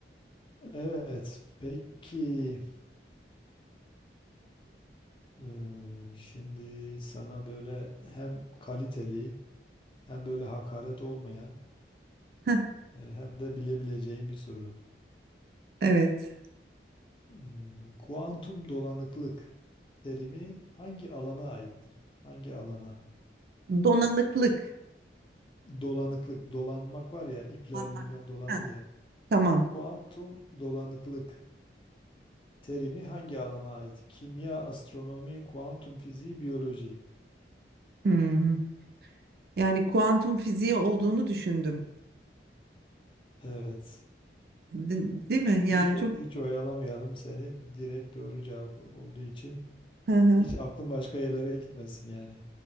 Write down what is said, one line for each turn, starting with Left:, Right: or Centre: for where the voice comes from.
Left: Evet. Peki eee, şimdi sana böyle hem kaliteli hem böyle hakaret olmayan
Right: Heh,
Left: e, hem de bilebileceğin bir soru.
Right: evet.
Left: Hmm, Kuantum dolanıklık terimi hangi alana aittir? Hangi alana?
Right: Donanıklık.
Left: Dolanıklık, dolanmak var ya ipler
Right: Donanmak.
Left: bilme dolanır
Right: Heh,
Left: ya.
Right: tamam.
Left: Kuantum dolanıklık terimi hangi alana ait? Kimya, astronomi, kuantum fiziği, biyoloji.
Right: Hmm. Yani kuantum fiziği olduğunu düşündüm.
Left: Evet.
Right: De- değil mi? Yani
Left: Hiç o-
Right: çok
Left: hiç oyalamayalım seni. Direkt doğru cevap olduğu için
Right: Hı hı.
Left: hiç aklın başka yerlere gitmesin yani.